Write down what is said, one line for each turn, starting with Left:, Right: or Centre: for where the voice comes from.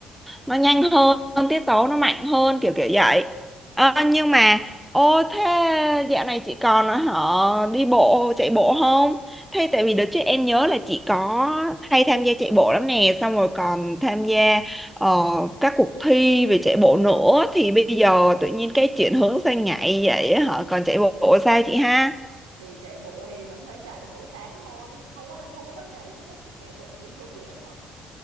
Centre: nó nhanh hơn tiết tấu nó mạnh hơn kiểu kiểu vậy Ờ,
Right: Vậy
Centre: nhưng
Right: hả?
Centre: mà ô thế dạo này chị còn họ đi bộ chạy bộ không Thế tại vì đợt trước em nhớ là chị có hay tham gia chạy bộ lắm nè, xong rồi còn tham gia ờ, các cuộc thi về chạy bộ nữa thì bây giờ tự nhiên cái chuyển hướng sang nhảy vậy á hả? Còn chạy bộ sao chị ha?
Right: thì chạy bộ thì vẫn phải chạy mỗi sáng thôi nên không có không có vấn đề gì hết á chị chạy bộ chỉ để thư giãn thôi